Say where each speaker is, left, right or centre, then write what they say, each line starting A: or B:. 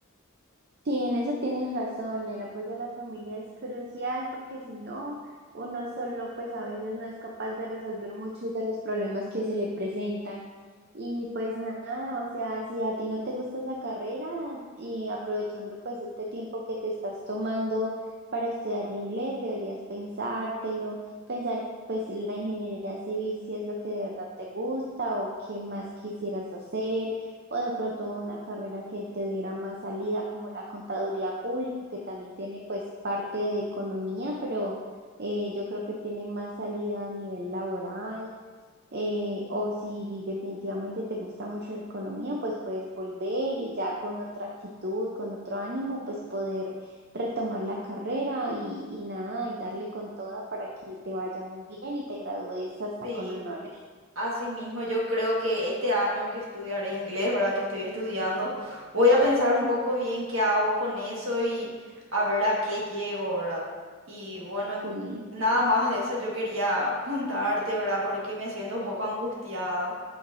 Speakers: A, on the right (about 50°); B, on the right (about 65°).
A: Sí, en eso tienes razón, el apoyo a la familia es crucial porque si no, uno solo pues a veces no es capaz de resolver muchos de los problemas que se le presentan. Y pues nada, o sea, si a ti no te gusta esa carrera y aprovechando pues este tiempo que te estás tomando para estudiar inglés, deberías pensártelo, pensar si, pues la ingeniería civil si es lo que de verdad te gusta o qué más quisieras hacer o de pronto una carrera que te diera más salida, como la contaduría pública, que también tiene pues parte de economía, pero eh, yo creo que tiene más salida a nivel laboral. eh, o si definitivamente te gusta mucho la economía, pues puedes volver y ya con otra actitud, con otro ánimo, pues poder retomar la carrera y, y nada, y darle con toda para que te vaya muy bien y te gradúes hasta
B: Sí,
A: con honores.
B: asimismo, yo creo que este año que estudiaré inglés, ¿verdad? Que estoy estudiando, voy a pensar un poco bien qué hago con eso y a ver a qué llego, ¿verdad? Y bueno,
A: Sí,
B: nada más de eso yo quería contarte, ¿verdad? Porque me siento un poco angustiada.